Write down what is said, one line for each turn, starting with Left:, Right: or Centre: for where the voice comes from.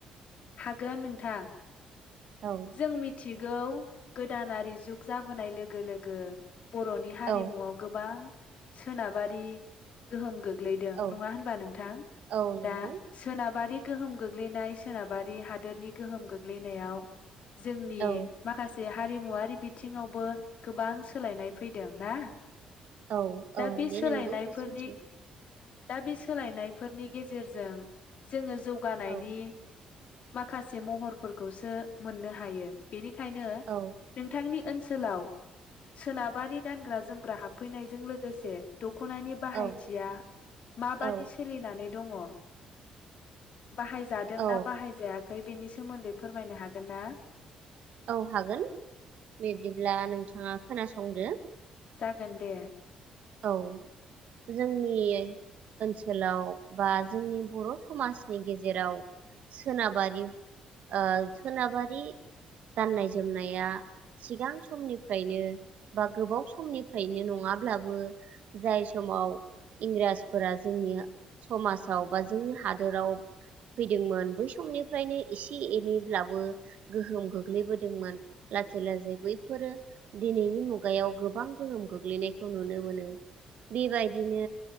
Left: हागोन नोंथां।
Right: औ
Left: जों मिथि यि गौ गोदानारि जुग जाबोनाय लोगो लोगो बर'नि हारिमुआव
Right: औ
Left: गोबां सोनाबारि गोहोम गो ग्लैदों
Right: औ
Left: नङा होनबा नोंथां
Right: औ नंगौ
Left: दा सोनाबारि गोहोम गोग्लैनाय सोनाब बारि हादोरनि गोहोम गोग्लैनायाव जोंनि
Right: औ
Left: माखासे हारिमुवारि बिथिङावबो गोबां सोलायनाय फैदों ना।
Right: औ
Left: दा
Right: औ
Left: बे
Right: दे
Left: सोलायनायफोरनि
Right: नंगौ बे सैथो।
Left: दा बे सोलायनायफोरनि गेजेरजों जोङो जौगानायनि
Right: औ
Left: माखासे महरफोरखौसो मोननो हायो बेनि खायनो
Right: औ
Left: नोंथांनि ओन सोलाव सोनाबारि गानग्रा जोमग्रा हाबफैनायजों लोगोसे द ख'नायनि बाहायथिया
Right: औ
Left: माबादि
Right: औ
Left: सोलिनानै दङ। बाहायजादों
Right: औ
Left: ना जायाखै बेनि सोमोन्दै फोरमायनो हागोन ना?
Right: औ हागोन बिब्दिब्ला नोंथाङा खोनासंदो
Left: जागोन दे
Right: औ जोंनि ओनसोलाव बा जोंनि बर' समाजनि गेजेराव सोनाबारि ओ सोनाबारि गाननाय जोमनाया सिगां समनिफ्रायनो बा गोबाव समनिफ्रायनो नङाब्लाबो जाय समाव इंराजफोरा जोंनि समाजाव बा जोंनि हादोराव फैदोंमोन बै समनिफ्रायनो एसे एनैब्लाबो गोहोम गोग्लैबोदोंमोन लासै लासै बैफोरो दिनैनि मुगायाव गोबां गोहोम गोग्लैनायखौ नुनो मोनो। बेबायदिनो